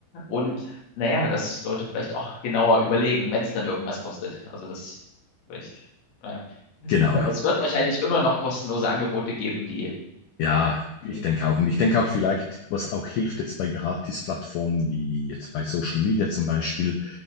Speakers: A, on the left (about 60°); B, on the left (about 85°).
A: Und naja, dass Leute vielleicht auch genauer überlegen, wenn es dann irgendwas kostet. Also, das vielleicht, naja.
B: genau. Ja.
A: Es wird wahrscheinlich immer noch kostenlose Angebote geben, die,
B: Ja,
A: die,
B: ich denke auch. Und ich
A: die
B: denke
A: immer
B: auch
A: noch.
B: vielleicht, was auch hilft jetzt bei Gratis-Plattformen, wie jetzt bei Social Media zum Beispiel,